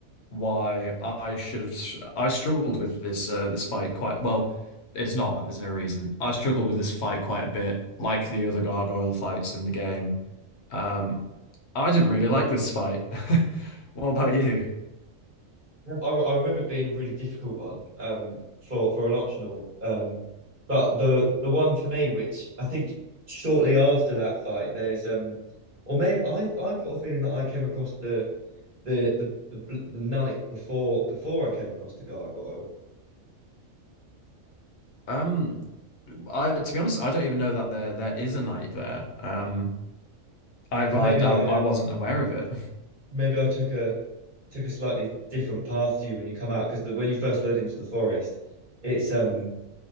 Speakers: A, on the left; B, on the right.
A: why I should have I struggled with this uh, this fight quite well. It's not that there's no reason. I struggled with this fight quite a bit, like the other gargoyle fights in the game. Um, I didn't really like this fight. <laughs> What about you?
B: Yeah. I, I remember it being a really difficult one um, for for an optional, um, but the the one for me, which I think shortly after that fight, there's um, or maybe I I've got a feeling that I came across the the the the, bl- the night before before I came across the gargoyle,
A: Um, I to be honest, I don't even know that there there is a knight there. Um, I
B: so
A: well,
B: maybe
A: I I
B: I um
A: I wasn't aware of it. <laughs>
B: maybe I took a took a slightly different path to you when you come out because the when you first load into the forest, it's um